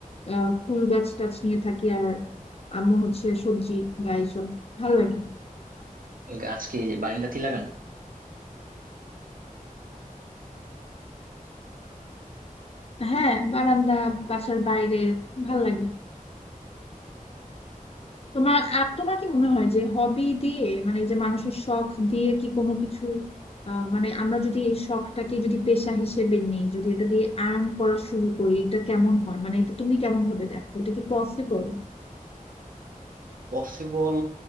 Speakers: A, on the left; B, on the right.
A: আহ, ফুল গাছ টাছ নিয়ে থাকি আর আম্মু হচ্ছে সবজি বা এইসব ভাল লাগে
B: গাছ কি বারান্দাতেই লাগান
A: হ্যাঁ বারান্দা বাসার বাইরে ভাল লাগে তোমার আপ- তোমার কি মনে হয় যে হবি দিয়ে মানে এই যে মানুষের শখ দিয়ে কি কোনো কিছু আহ, মানে আমরা যদি এই শখটাকে যদি পেশা হিসেবে নেই যদি এটা দিয়ে আর্ন করা শুরু করি এটা কেমন হয় মানে এটা তুমি কেমন ভাবে দেখো এটা কি পসিবল
B: পসিবল